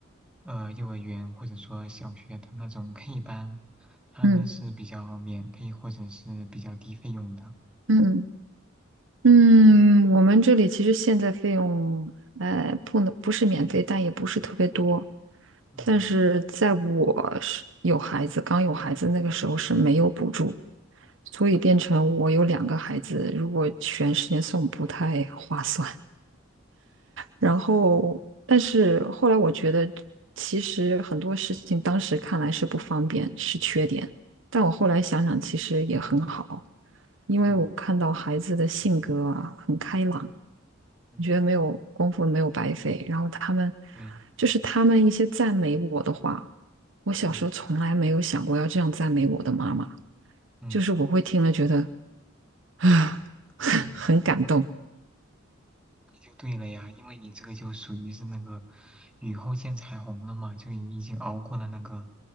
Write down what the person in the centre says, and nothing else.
呃幼儿园或者说小学的那种 K 班，它呢是比较免费或者是比较低费用的。
嗯，
嗯嗯，
对，
嗯嗯。
就对了呀，因为你这个就属于是那个雨后见彩虹了嘛，就你已经熬过了那个